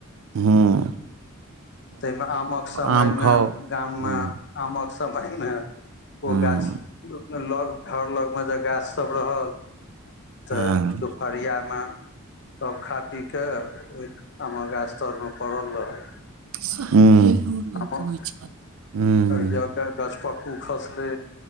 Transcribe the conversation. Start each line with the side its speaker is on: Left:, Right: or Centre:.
Right: हूं
Left: तइमे आमक समयमे
Right: आम खाउ
Left: गाममे
Right: हुँ
Left: आमक समयमे
Right: हुँ
Left: ओ गाछ लग घर लग मे जे गाछ सब रहल तऽ
Right: हँ
Left: अरियामे सब खा पीकेऽ ओइ आम गाछ्तरमे पड़ल रहल
Right: हूं
Left: आमक
Right: हूं
Left: जे गछपक्कू खसलै